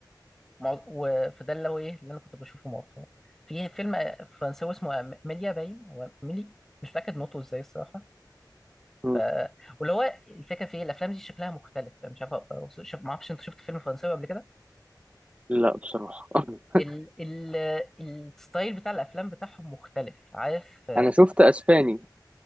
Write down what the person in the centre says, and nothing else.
مع- و- فده اللي هو إيه اللي أنا كنت بشوفه مؤخرا في فيلم آه، فرنساوي اسمه أم- أميليا باين أو أميلي مش متأكد نطقه إزاي الصراحة
ف واللي هو الفكرة في إيه الأفلام دي شكلها مختلف مش عارف أو- شوف ما أعرفش أنت شفت فيلم فرنساوي قبل كده
ال... ال... الستايل بتاع الأفلام بتاعهم مختلف عارف آه،